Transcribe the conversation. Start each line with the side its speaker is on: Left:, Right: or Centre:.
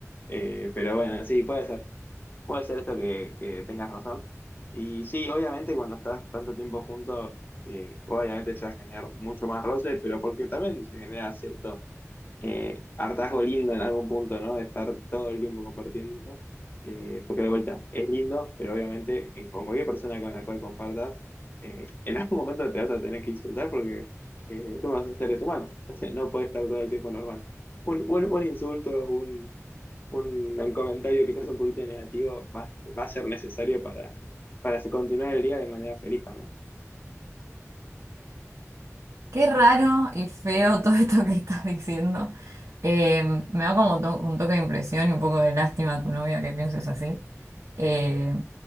Left: Eh, pero bueno, sí, puede ser. Puede ser esto que, que tengas razón. Y sí, obviamente cuando estás tanto tiempo juntos, eh, obviamente se va a generar mucho más roce, pero porque también se genera cierto eh, hartazgo lindo en algún punto, ¿no? De estar todo el tiempo compartiendo. eh, porque de vuelta, es lindo, pero obviamente en- con cualquier persona con la cual compartas, eh, en algún momento te vas a tener que insultar porque eh, tú vas a ser seres humanos. <laughs> no puedes estar todo el tiempo normal. Un, un, un insulto, un, un, un comentario quizás un poquito negativo va, va a ser necesario para, para continuar el día de manera feliz también.
Right: Qué raro y feo <laughs> todo esto que estás diciendo. Eh, me da como to- un toque de impresión y un poco de lástima a tu novia que pienses así. Eh,